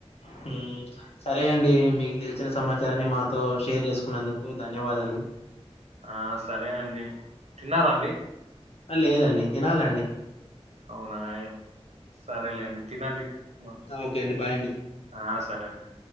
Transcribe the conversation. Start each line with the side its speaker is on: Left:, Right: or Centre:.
Left: హుమ్ సరే అండి మీకు తెలిసిన సమాచారాన్ని మాతో షేర్ జేసుకున్నందుకు ధన్యవాదాలు
Right: ఆ సరే అండి తిన్నారా అండి
Left: అ లేదండి తినాలండి
Right: అవునా ఏం సరేలేండి తినండి మొత్తం
Left: ఆ ఓకే అండి బాయ్ అండి
Right: ఆ సరే అండి